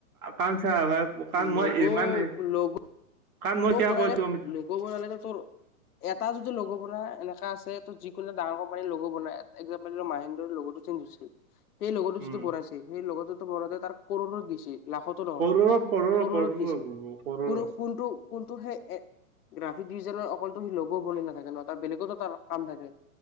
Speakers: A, on the right; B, on the left.
A: কাৰণ চা ভাই কাৰণ
B: লগ'
A: মই ইমান
B: লগ'
A: কাৰণ মই
B: <unintelligible>
A: কিয় কৈছো অ
B: লগ বনালেটো তোৰ এটা যদি লগ বনাই এনেকা আছে ত' যিকোনো ডাঙৰ কোম্পানীৰ লগ বনাই এক্সম্প্ল দিলো মাহেন্দ্ৰা লগতো <unintelligible> সেই লগতো
A: উম
B: যদি বনইছে সেই লগতটো বনাওতে তাৰ ক'ৰৰত গৈছে। লাখতো নহয়
A: কৰোৰত কৰোৰ
B: ক'ৰৰত
A: কৰোৰত
B: গৈছে,
A: কৰোৰত
B: কোনো কোনটো কোনটো সেই এ গ্ৰাফিক ডিজাইননৰ অকল সি লগ বনাই নাথাকে ন তাৰ বেলেগতো তাৰ কাম থাকে,